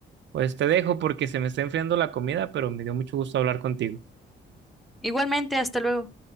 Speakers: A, on the right; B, in the centre.
A: pues te dejo porque se me está enfriando la comida, pero me dio mucho gusto hablar contigo.
B: Igualmente, hasta luego.